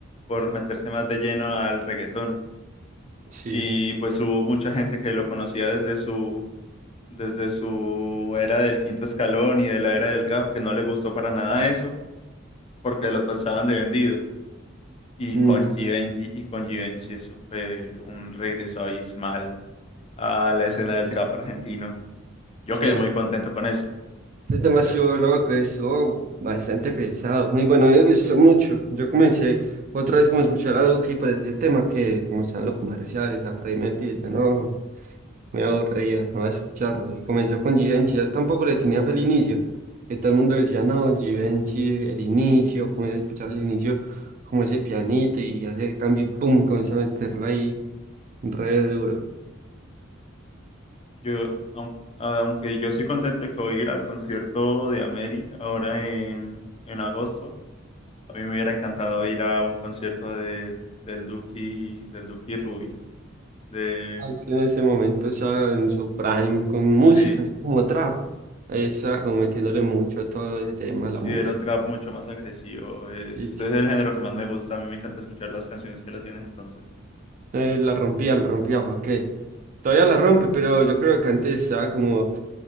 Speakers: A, on the left; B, on the right.
A: por meterse más de lleno al reggaetón.
B: Sí.
A: Y pues hubo mucha gente que lo conocía desde su, desde su era del quinto escalón y de la era del trap, que no le gustó para nada eso, porque lo tachaban de vendido. Y
B: Mm,
A: con Givenchy, y con Givenchy eso fue un regreso abismal a la escena del trap argentino. Yo quedé
B: sí,
A: muy contento con eso.
B: Es demasiado loco, estuvo bastante pesado. Muy bueno, a mí me gustó mucho. Yo comencé otra vez como a escuchar a Duki para ese tema que como están los comerciales, a por ahí metido, yo no me aburría, no a escucharlo. Y comenzó con Givenchy, yo tampoco le tenía feliz inicio, que todo el mundo decía, no, Givenchy, el inicio, comencé a escuchar el inicio, como ese pianito y hace el cambio y boom, comenzó a meterlo ahí re duro.
A: Yo, aun- aunque yo estoy contento de que voy a ir al concierto de Ameri ahora en, en agosto, a mí me hubiera encantado ir a un concierto del, del Duki, del Duki Rubio. De,
B: Austin en ese momento estaba en su prime con música,
A: sí,
B: así como trap. Ahí estaba como metiéndole mucho a todo ese tema, la
A: sí,
B: música.
A: era un trap mucho más agresivo. Es,
B: Y sí,
A: es el género que más me gusta. A mí me encanta escuchar las canciones que él hacía en ese entonces.
B: eh, la rompía, la rompía, ¿para qué? Todavía la rompe, pero yo creo que antes estaba como, o